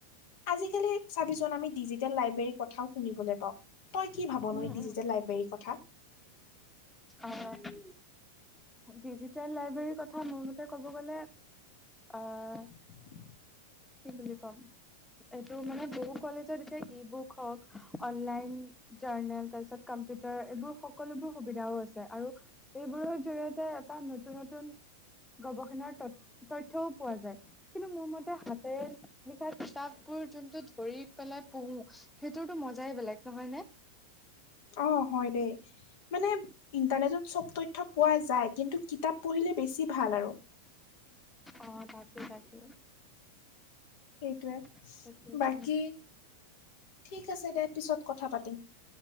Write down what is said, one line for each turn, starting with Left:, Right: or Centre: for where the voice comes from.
Left: আজিকালি চাবিচোন আমি ডিজিটেল লাইব্ৰেৰীৰ কথাও শুনিবলৈ পাওঁ। তই কি ভাবনো
Centre: উম
Left: ডিজিটেল
Centre: উম
Left: লাইব্ৰেৰীৰ কথা?
Centre: অ', ডিজিটেল লাইব্ৰেৰীৰ কথা মোৰ মতে ক'ব গলে অ'।
Left: <inaudible>
Centre: কি বুলি কম। এইটো মানে বহু কলেজত এতিয়া ই-বুক হওঁক, অনলাইন জাৰ্নেল তাৰপিছত কম্পিউটাৰ এইবোৰ সকলোবোৰ সুবিধাও আছে। আৰু এইবোৰৰ জৰিয়তে এটা নতুন, নতুন গৱেষণাৰ তত তথ্যও পোৱা যায়। কিন্তু মোৰ মতে হাতেৰে লিখা কিতাপবোৰ যোনটো ধৰি পেলাই পঢ়ো সেইটোতো মজাই বেলেগ নহয় নে?
Left: অ', হয় দেই। মানে ইণ্টাৰনেটত চব তথ্য পোৱা যায়, কিন্তু কিতাপ পঢ়িলে বেছি ভাল আৰু।
Centre: অ' তাকে তাকে।
Left: সেইটোৱে,
Centre: সেইটোৱে
Left: বাকী ঠিক আছে দে পিছত কথা পাতিম।